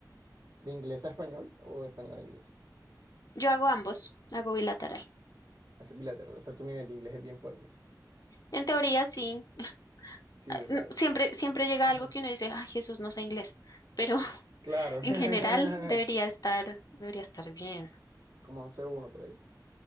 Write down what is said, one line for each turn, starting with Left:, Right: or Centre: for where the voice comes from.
Right: de inglés a español o de español a inglés?
Left: Yo hago ambos, hago bilateral.
Right: Haces bilateral, o sea, tu nivel de inglés es bien fuerte.
Left: En teoría sí,
Right: Sí,
Left: ah,
Right: o sea,
Left: n- siempre, siempre llega
Right: ujú.
Left: algo que uno dice, ay, Jesús, no sé inglés, pero <laughs>
Right: Claro. <laughs>
Left: en general debería estar, debería estar bien.
Right: Como un C1 por ahí.